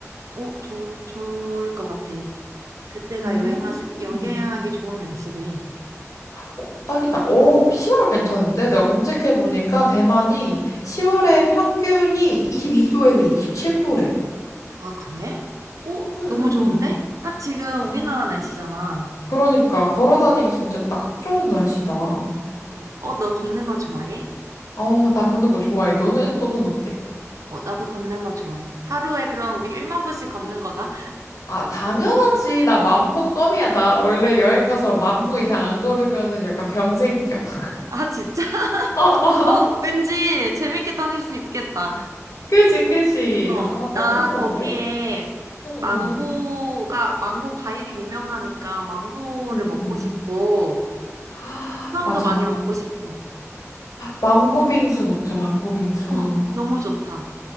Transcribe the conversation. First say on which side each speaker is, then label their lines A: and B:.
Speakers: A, on the right; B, on the left.
A: 어, 좋, 좋을 것 같아. 그때가
B: 음,
A: 여행하시, 여행하기 좋은 날씨래.
B: 어, 딱이다. 오 10월 괜찮은데? 내가 검색해보니까 대만이 10월에 평균이 22도에서 27도래.
A: 아, 그래? 오,
B: 응,
A: 너무
B: 응,
A: 좋은데?
B: 응.
A: 딱 지금
B: 거-
A: 우리나라 날씨잖아.
B: 그러니까 걸어 다니기 진짜 딱 좋은 날씨다.
A: 어, 어, 너 걷는 거 좋아해?
B: 어, 나 걷는 거 좋아해. 너는? 너는 어때?
A: 어, 나도 걷는 거 좋아해. 하루에 그럼 우리 1만 보씩 걷는 거다.
B: 아, 당연하지. 나 만보 껌이야. 나 원래 여행 가서 만보 이상 안 걸으면은 약간 병 생겨. <laughs>
A: 아, 진짜? <laughs>
B: 어, 어.
A: 어, 왠지 재밌게 다닐 수 있겠다.
B: 그지, 그지.
A: 어,
B: 아,
A: 나
B: 너무 좋은데?
A: 거기에
B: 응,
A: 망고가,
B: 응,
A: 망고 과일이 유명하니까 망고를
B: 응,
A: 먹고
B: 응.
A: 싶고,
B: <gasps> 아,
A: 해삼도
B: 맞아.
A: 많이 먹고 싶어.
B: 망고 빙수 먹자, 망고 빙수.
A: 어, 너무 좋다.